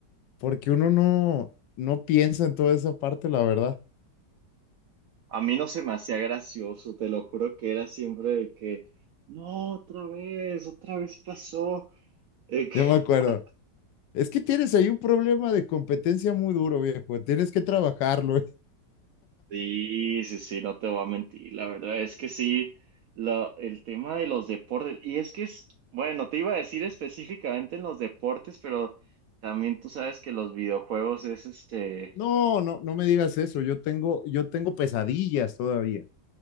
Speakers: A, on the left; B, on the right.
A: porque uno no, no piensa en toda esa parte, la verdad.
B: A mí no se me hacía gracioso, te lo juro que era siempre de que, no, otra vez, otra vez pasó. Eh, que-
A: Yo
B: <laughs>
A: me acuerdo. Es que tienes ahí un problema de competencia muy duro, viejo. Tienes que trabajarlo. <laughs>
B: Sí, sí, sí, no te voy a mentir, la verdad es que sí, la- el tema de los deportes, y es que es, bueno, te iba a decir específicamente en los deportes, pero también tú sabes que los videojuegos es este,
A: No, no, no me digas eso. Yo tengo, yo tengo pesadillas todavía.